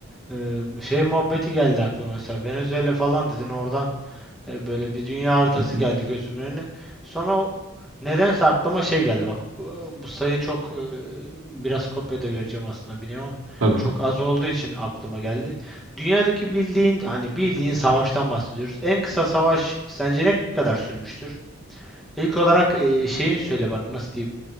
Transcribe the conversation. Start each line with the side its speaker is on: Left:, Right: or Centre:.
Centre: Ee, şey muhabbeti geldi aklıma mesela Venezuela falan dedin oradan E, Böyle bir dünya haritası
Right: <laughs> Hı hı.
Centre: geldi gözümün önüne. Sonra o- nedense aklıma şey geldi. Bak bu bu sayı çok e, biraz kopya da vereceğim aslında biliyorum ama
Right: Tabii.
Centre: çok az olduğu için aklıma geldi. Dünyadaki bildiğin hani bildiğin savaştan bahsediyoruz. En kısa savaş sence ne kadar sürmüştür? İlk olarak e, şeyini söyle bana nasıl diyeyim?